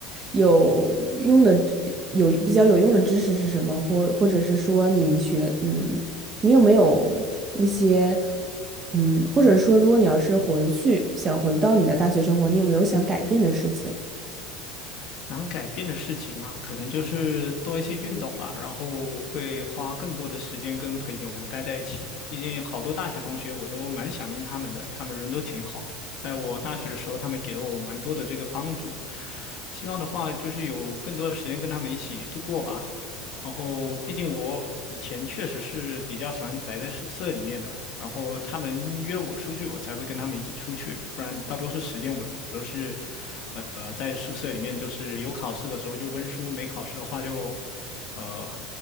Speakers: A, on the right (about 15°); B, on the left (about 40°).
A: 有用的知有比较有用的知识是什么？或或者是说你学，嗯，你有没有一些，嗯，或者说如果你要是回去想回到你的大学生活，你有没有想改变的事情
B: 能改变的事情嘛，可能就是多一些运动吧，然后会花更多的时间跟朋友们待在一起。毕竟好多大学同学我都蛮想念他们的，他们人都挺好的。在我大学的时候，他们给了我蛮多的这个帮助，希望的话就是有更多的时间跟他们一起度过吧。然后，毕竟我以前确实是比较喜欢宅在宿舍里面的，然后他们约我出去，我才会跟他们一起出去，不然大多数时间我都是，呃，在宿舍里面，就是有考试的时候就温书，没考试的话就，呃，